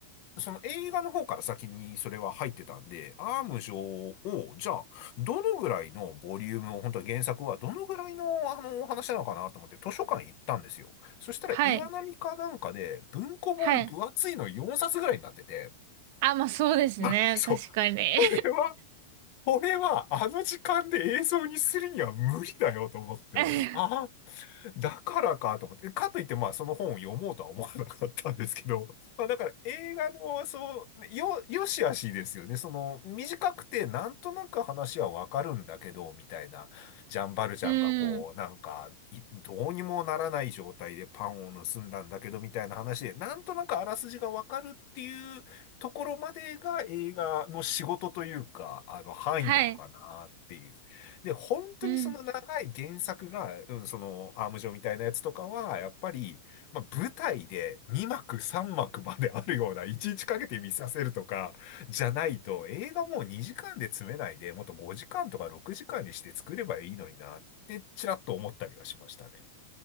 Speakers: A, on the left; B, on the right.
A: その映画の方から先にそれは入ってたんで、アーム上を、じゃあ、どのぐらいのボリュームを、本当に原作はどのぐらいの、あの、お話なのかなと思って図書館行ったんですよ。そしたら岩波かなんかで文庫本分厚いの4冊ぐらいになってて、
B: はい。はい。あ、まあそうですね。
A: あ、<laughs> そう、
B: 確かに。
A: これは、これは、あの時間で映像にするには無理だよと思って。
B: <laughs>
A: あ <laughs> だからかと思って、かといって、まあ、その本を読もうとは思わなかったんですけど、<laughs> まあ、だから映画の、そう、よ、よしあしですよね。その、短くて、なんとなく話はわかるんだけど、みたいな、ジャンバルジャンがこう、
B: うん。
A: なんか、いどうにもならない状態でパンを盗んだんだけど、みたいな話で、なんとなくあらすじがわかるっていうところまでが映画の仕事というか、あの、範囲なのかなっていう。
B: はい。
A: で、本当にその長い原作が、
B: うん。
A: うん、その、アーム状みたいなやつとかは、やっぱり、まあ、舞台で2幕3幕まであるような、いちいちかけて見させるとか、じゃないと、映画もう2時間で詰めないで、もっと5時間とか6時間にして作ればいいのにな、ってちらっと思ったりはしましたね。